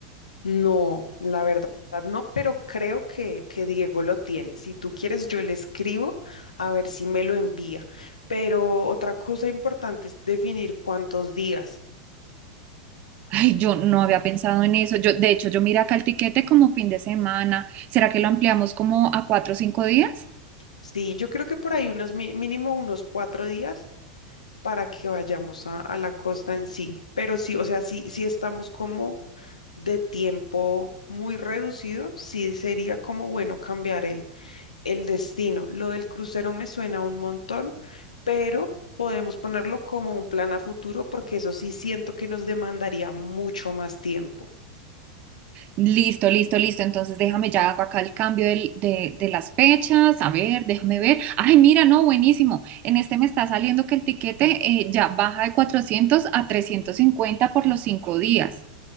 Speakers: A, on the left; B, on the right.
A: No, la verdad no, pero creo que, que Diego lo tiene. Si tú quieres, yo le escribo a ver si me lo envía. Pero otra cosa importante es definir cuántos días.
B: Ay, yo no había pensado en eso. Yo, de hecho, yo miré acá el tiquete como fin de semana. ¿Será que lo ampliamos como a cuatro o cinco días?
A: Sí, yo creo que por ahí unos mi- mínimo unos cuatro días para que vayamos a, a la costa en sí. Pero sí, o sea, sí, sí estamos como de tiempo muy reducido, sí sería como bueno cambiar el destino. Lo del crucero me suena un montón, pero podemos ponerlo como un plan a futuro porque eso sí siento que nos demandaría mucho más tiempo.
B: Listo, listo, listo. Entonces déjame ya hago acá el cambio del- de, de las fechas. A ver, déjame ver. Ay, mira, no, buenísimo. En este me está saliendo que el tiquete eh, ya baja de 400 a 350 por los cinco días.